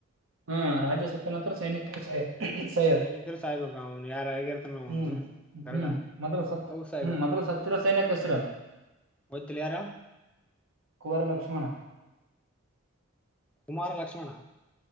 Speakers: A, on the right (about 70°); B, in the centre.
A: ಹಾ ರಾಜಸತ್ತ ನಂತ್ರ ಸೈನಿಕ್ ಸೈ <unintelligible>
B: ಸೈನಿಕರು ಸಾಯ್ಬೇಕು ಅವ್ನು ಯಾರ ಆಗಿರ್ತಾನ
A: ಹ್ಮ್
B: ಒಂದು ಗರುಡ
A: ಹ್ಮ್ ಮೊದಲ ಸತ್
B: ಅವು ಸಾಯ್ಬೇಕು
A: ಹ್ಮ್ ಮೊದಲ್ ಸತ್ತಿರೊ ಸೈನಕ್ ಹೆಸ್ರೇನ್ <unintelligible>
B: ಗೊತ್ತಿಲ್ಲ ಯಾರ
A: ಲಕ್ಷ್ಮಣ.
B: ಕುಮಾರ ಲಕ್ಷ್ಮಣ.